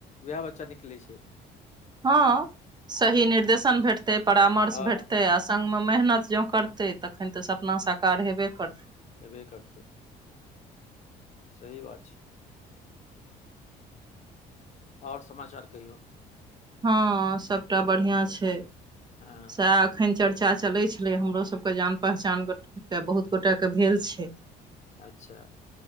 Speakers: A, on the left (about 45°); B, on the right (about 25°).
A: वएह बच्चा निकलै छै।
B: हँ सही निर्देशन भेटतै परामर्श
A: हँ
B: भेटतै आ संग में मेहनत जों करते तखन तऽ सपना साकार हेबे करतै।
A: हेबे करतै। सही बात छै। आओर समाचार कहियौ।
B: हँ सबटा बढ़ियां छै।
A: हां
B: सैह अखन चर्चा चलै छलै, हमरोसबके जान पहचान ग ट तैं बहुत गोटा क भेल छै।
A: अच्छा